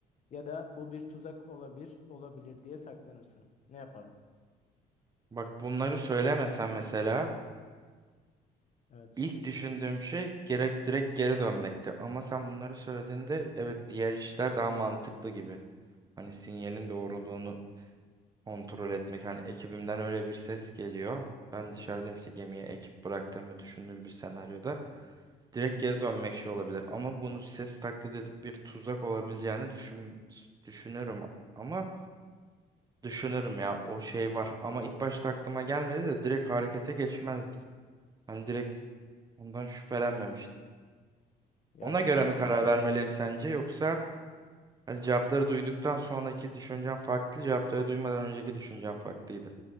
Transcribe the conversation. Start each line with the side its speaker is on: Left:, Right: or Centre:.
Left: Ya da bu bir tuzak olabilir, olabilir diye saklanırsın. Ne yapardın?
Right: Bak bunları söylemesen mesela
Left: Evet.
Right: ilk düşündüğüm şey gerek direkt geri dönmekti. Ama sen bunları söylediğinde evet diğer işler daha mantıklı gibi. Hani sinyalin doğruluğunu kontrol etmek. Hani ekibimden öyle bir ses geliyor. Ben
Left: Evet.
Right: dışarıdayım işte gemiye ekip bıraktığımı düşündüğüm bir senaryoda. Direkt geri dönmek şey olabilir. Ama bunu ses taklit edip bir tuzak olabileceğini düşün, düşünürüm. Ama düşünürüm ya o şey var. Ama ilk başta aklıma gelmedi de direkt harekete geçmez bizim. Hani direkt ondan şüphelenmemiştim.
Left: Yani
Right: Ona göre mi karar vermeliyim sence yoksa hani cevapları duyduktan sonraki düşüncem farklı, cevapları duymadan önceki düşüncem farklıydı.